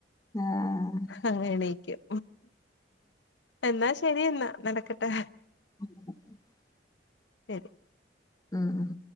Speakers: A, on the left; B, on the left.
A: ആഹ്
B: അങ്ങനെ എണീക്കും എന്നാ ശരിയെന്നാ നടക്കട്ടെ.
A: <unintelligible>
B: ശരി.
A: ഉം ഉം.